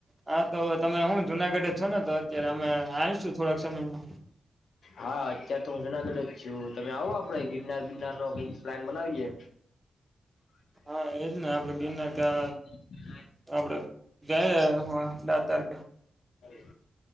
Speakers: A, on the right; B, on the left.
A: હા, તો તમે હું જુનાગઢ જ છોને તો અત્યારે અમે આવીશું થોડાક સમયમાં
B: હા, અત્યારે તો હું જુનાગઢ જો તમે આવો આપડે ગિરનાર બિરનારનો કઈક પ્લાન બનાવીએ. <inaudible>
A: હા એજ ને આપડે ગિરનાર કા આપડે ગયા <unintelligible> તારીકે.
B: હલો.